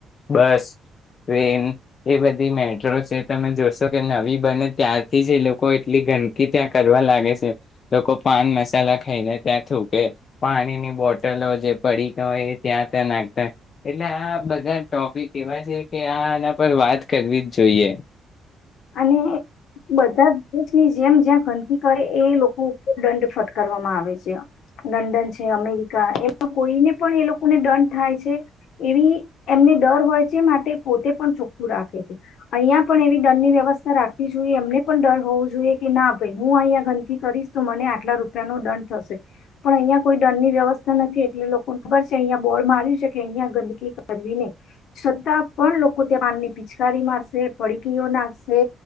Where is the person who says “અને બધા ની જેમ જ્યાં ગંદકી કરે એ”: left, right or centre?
Left